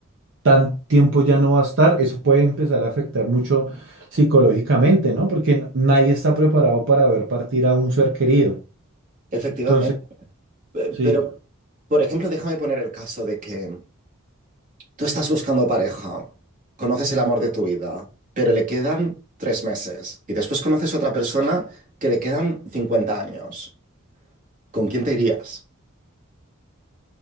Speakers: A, on the right (about 60°); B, on the right (about 40°).
A: tan tiempo ya no va a estar, eso puede empezar a afectar mucho psicológicamente, ¿no? Porque n- nadie está preparado para ver partir a un ser querido.
B: Efectivamente.
A: Entonces,
B: Pe-
A: sí,
B: Pero, por ejemplo, déjame poner el caso de que tú estás buscando pareja, conoces el amor de tu vida, pero le quedan tres meses y después conoces otra persona que le quedan 50 años. ¿Con quién te irías?